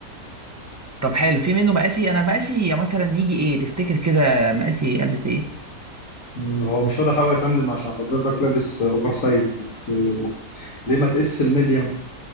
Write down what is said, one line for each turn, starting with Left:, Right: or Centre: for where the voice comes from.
Right: طب حلو في منه مقاسي انا مقاسي مثلا يجي ايه تفتكر كده مقاسي البس ايه
Left: مم، هو مش واضح قوي يا فندم عشان حضرتك لابس آه، اوفر سايز بس آه، ليه ما تقيس الميديم